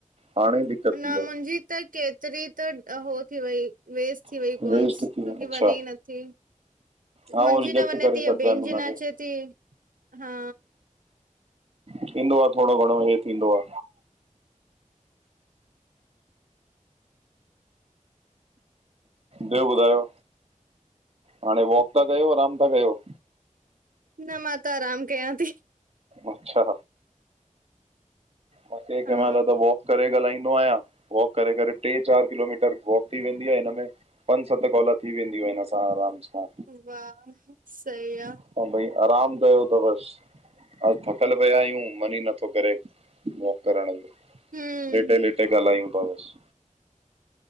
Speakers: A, on the right; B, on the right.
A: हाणे ई दिक़त
B: न
A: थी
B: मुंहिंजी त केतिरी त हो थी वई वेस्ट थी
A: आहे
B: वई कोॉल्स
A: वेस्ट थी
B: छोकी
A: वञे अच्छा
B: वने ई न थी।
A: हा
B: मुंहिंजी
A: उहो रिजेक्ट
B: न वञे
A: करे
B: थी या
A: छॾंदा
B: बेनि
A: आहिनि
B: जी
A: हुनखे
B: न अचे थी, हा।
A: थींदो आ, थोरो घणो ह थींदो आ। ॿियो ॿुधायो हाणे वॉक था कयो आराम था कयो?
B: न मां त आराम कयां थी।
A: अच्छा। म क
B: हा
A: माल त ब करे ॻाल्हाईंदो आहियां वॉक करे करे टे चारि किलोमीटर वॉक थी वेंदी आहे हिन में पंज सत कॉला थी वेंदियूं हिन सां आरामु सां।
B: वाह सई आ।
A: ऐं भई आराम कयो त बसि, अ थकल पिया आहियूं मन ई नथो करे। वॉक करण जो
B: हम्म
A: लेटे लेटे ॻाल्हायूं था बस